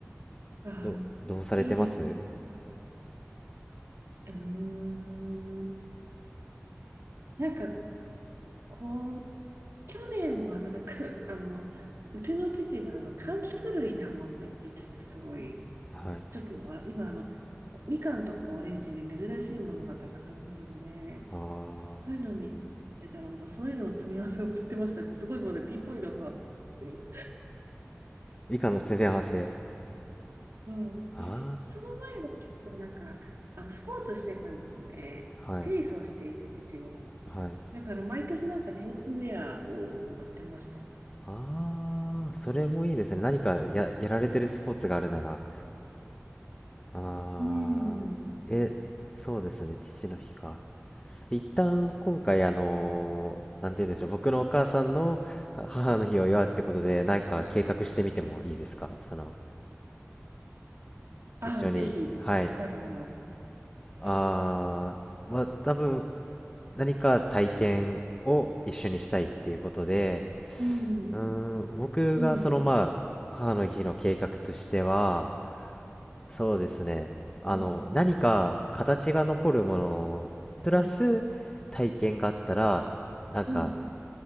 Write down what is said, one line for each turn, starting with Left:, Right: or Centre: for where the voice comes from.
Right: ああ、
Left: どう、どうされてます
Right: いいですね。うーん。なんか、こう、去年はなんか、あの、うちの父があの、柑橘類にハマっていて、すごい、
Left: はい。
Right: ちょっともう、あ今あの、みかんとかオレンジで珍しいものがたくさん出るので、
Left: ああ、
Right: そういうのに、え、たらなんかそういうのを詰め合わせを送ってましたって、すごいことでピンポイントの話ですけど。
Left: 以下の詰め合わせ。
Right: そう。
Left: あ
Right: で、その前は結構なんか、あの、スポーツしてるので、
Left: あ、はい、
Right: テニスをしていて、父が。
Left: はい。
Right: だから毎年なんかテニスウェアを送ってました。
Left: ああ、それもいいですね。何かや、やられてるスポーツがあるなら。ああ、
Right: うん。
Left: え、そうですね。父の日か。一旦今回、あのーなんて言うんでしょう。
Right: うん。
Left: 僕のお母さんのは母の日を祝うってことで、何か計画してみてもいいですかその、
Right: ああ、
Left: 一緒に。
Right: ぜひ、
Left: はい。
Right: お母様の。はい。
Left: ああ、まあ、多分、何か体験を一緒にしたいっていうことで、
Right: うん。
Left: うーん、僕がそのまあ母の日の計画としては、
Right: うん。
Left: そうですね。あの、
Right: うん。
Left: 何か形が残るものプラス体験があったら、
Right: うん。
Left: なんか
Right: うん。